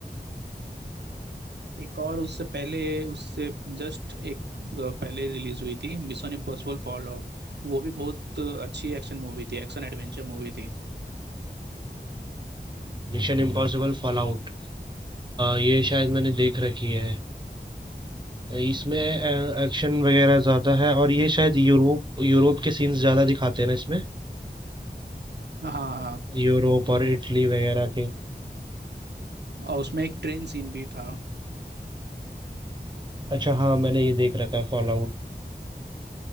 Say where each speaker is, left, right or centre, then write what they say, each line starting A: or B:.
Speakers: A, on the right; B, on the right.
A: एक और उससे पहले उससे जस्ट एक अ, पहले रिलीज हुई थी मिशन इम्पॉसिबल फॉल आउट वो भी बहुत अच्छी एक्शन मूवी थी एक्शन एडवेंचर मूवी थी
B: मिशन इम्पॉसिबल फॉलआउट ये शायद मैंने
A: जी।
B: देख रखी है इसमें एक्शन वगैरह ज्यादा है और ये शायद यूरोप यूरोप के सीन्स ज्यादा दिखाते हैं ना इसमें
A: हाँ हाँ
B: यूरोप
A: वो
B: और इटली वगैरह के
A: और उसमें एक ट्रेन सीन भी था
B: अच्छा हाँ मैंने ये देख रखा है फॉलआउट